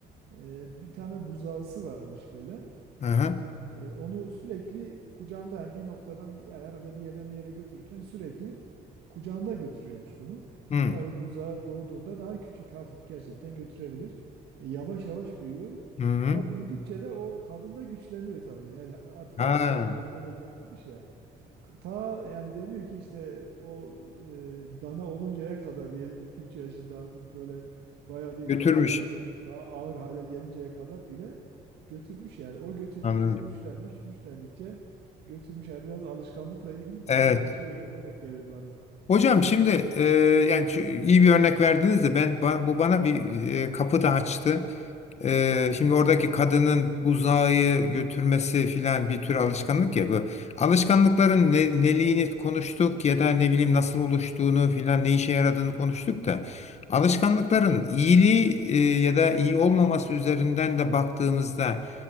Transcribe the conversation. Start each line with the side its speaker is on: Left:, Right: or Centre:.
Right: Eee, bir tane buzağısı varmış böyle.
Left: Hı hı.
Right: Eee, onu sürekli kucağında yani bir noktadan bir, yani herhalde bir yerden bir yere götürürken sürekli kucağında götürüyormuş bunu.
Left: Hı
Right: Tabii buzağı doğduğunda daha küçük hafif gerçekten götürebilir. E, yavaş yavaş büyüyor.
Left: hı. hı.
Right: Ama büyüdükçe de o kadın da güçleniyor tabii. Yani artık
Left: Ha,
Right: alışkanlık haline de getirmiş ya. Ta yani deniyor ki işte o e, dana oluncaya kadar diyelim iki üç yaşında artık böyle baya bir
Left: götürmüş.
Right: kadından çok çok daha ağır hale gelinceye kadar bile götürmüş yani. O götürdükçe
Left: Anladım.
Right: güçlenmiş, güçlendikçe götürmüş. Yani biraz alışkanlıkla ilgili güzel
Left: Evet.
Right: bir şey olarak gelir bana.
Left: Hocam şimdi e, yani şu- iyi bir örnek verdiniz de ben ba- bu bana bir e, kapı da açtı. E, şimdi oradaki kadının buzağı götürmesi filan bir tür alışkanlık ya bu. Alışkanlıkların ne, neliğini konuştuk ya da ne bileyim nasıl oluştuğunu filan ne işe yaradığını konuştuk da alışkanlıkların iyiliği e, ya da iyi olmaması üzerinden de baktığımızda